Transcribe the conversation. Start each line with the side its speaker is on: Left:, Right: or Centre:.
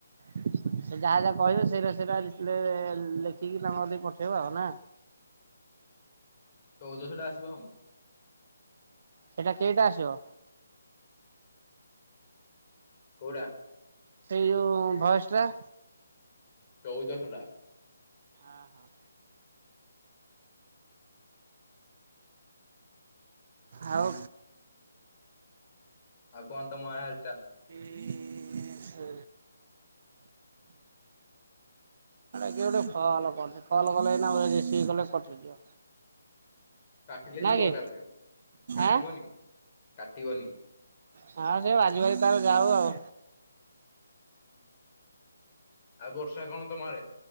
Right: <inaudible> ସେ ଯାହା ଯାହା କହିବେ ସେଇଟା ସେଇଟା ରିପ୍ଲେ ଲେଖିକି ତାଙ୍କ କତିକି ପଠେଇବ ଆଉ ନା?
Left: ହୁଁଚଉଦଶ ଟା ଆସିବ ଆଉ।
Right: ସେଟା କେଇଟା ଆସିବ?
Left: କୋଉଟା?
Right: ସେଇ ଯୋଉ ଭୟସଟା?
Left: ଚଉଦଶଟା।
Right: ଆଁ ହ। ଆଉ।
Left: ଆଉ କଣ ତମ ଆଡେ ହାଲଚାଲ?
Right: <unintelligible> ଆରେ କିଏ ଗୋଟେ ଫୋନ୍ କରୁଚି କଲ କଲେ ଏଇନା ରିସିଭ୍ କଲେ କଟିଯିବ।
Left: କାଟିଲେ
Right: ନାଇଁ
Left: ଯିବ
Right: କି
Left: ଏକାଥରେ କାଟିବନି
Right: ଆଁ
Left: କାଟିବନି।
Right: ହଁ ସେ ବାଜି ବାଜି ତାର ଯାଉ ଆଉ।
Left: ଆଉ ବର୍ଷା କଣ ତମ ଆଡେ?